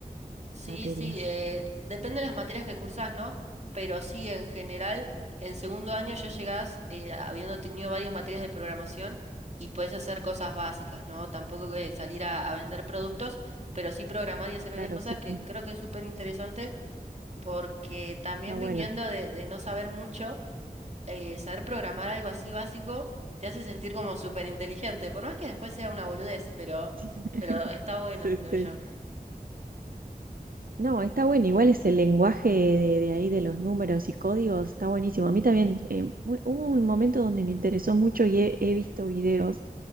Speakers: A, on the right; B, on the right.
A: Sí,
B: materias?
A: sí, eh, depende de las materias que cursás, ¿no? Pero sí, en general, en segundo año ya llegás eh, habiendo tenido varias materias de programación y podés hacer cosas básicas, ¿no? Tampoco que salir a, a vender productos, pero sí programar y hacer varias
B: Claro,
A: cosas
B: sí,
A: que
B: sí.
A: creo que es súper interesante porque también
B: Está bueno.
A: viniendo de, de no saber mucho, eh, saber programar algo así básico te hace sentir como súper inteligente, por más que después sea una boludez, pero,
B: <laughs>
A: pero está bueno,
B: Sí,
A: creo
B: sí.
A: yo.
B: No, está bueno, igual ese lenguaje de, de ahí de los números y códigos está buenísimo. A mí también eh, hu- hubo un momento donde me interesó mucho y he, he visto videos